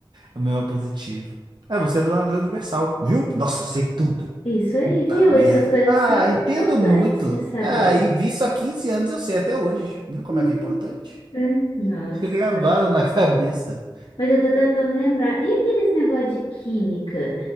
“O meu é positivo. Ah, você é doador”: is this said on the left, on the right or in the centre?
Right